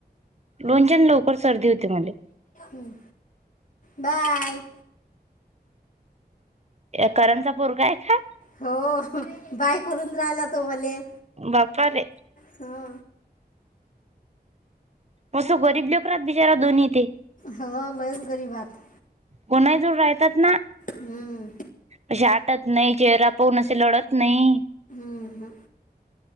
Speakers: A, on the right (about 40°); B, on the left (about 50°).
A: लोणच्याान लवकर सर्दी होते मले
B: हं. बाय
A: ए करंचा पोरगा आहे का
B: हो बाय करून राहिला तो मले
A: बापा रे
B: हा
A: कसं गरीब लोकरात बिचारा दोन्ही तेे
B: हो लयच गरीब बात
A: कोणाही जोड राहतात ना
B: हम्म
A: अशे आटत नाही चेहरा पहून असे लढत नाही
B: ह हं